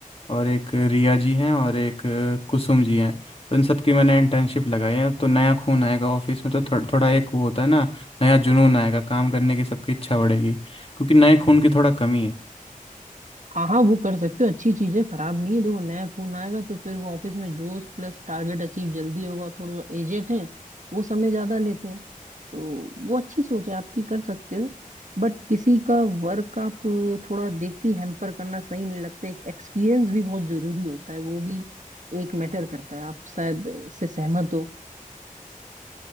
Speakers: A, on the left; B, on the right.
A: और एक रिया जी हैं और एक अ, कुसुम जी हैं तो इन सब की मैंने इंटर्नशिप लगाई है तो नया खून आएगा ऑफिस में तो थोड़ा थोड़ा एक वो होता है ना नया जुनून आएगा काम करने की सबकी इच्छा बढ़ेगी क्योंकि नए खून की थोड़ा कमी है
B: हाँ हाँ वो कर सकते हो अच्छी चीज है खराब नहीं है देखो नया खून आएगा तो फिर वो ऑफिस में जोश प्लस टारगेट अचीव जल्दी होगा और थोड़े जो एजेट हैं वो समय ज्यादा लेते हैं तो वो अच्छी सोच है आपकी कर सकते हो बट किसी का वर्क आप थोड़ा देख के हैम्पर करना सही नहीं लगता एक एक्सपीरियंस भी बहुत जरूरी होता है वो भी एक मैटर करता है आप शायद से सहमत हो